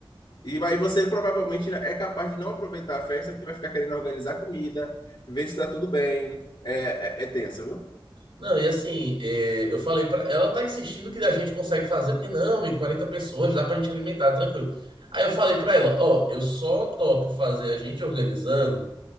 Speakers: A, on the left; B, on the right.
A: e, e aí você provavelmente é capaz de não aproveitar a festa porque vai ficar querendo organizar comida, ver se está tudo bem. É, é, é tenso, viu?
B: Não, e assim, é, eu falei pra ela tá insistindo que a gente consegue fazer, porque não, e 40 pessoas dá pra gente alimentar, tranquilo. Aí eu falei pra ela, ó, eu só topo fazer a gente organizando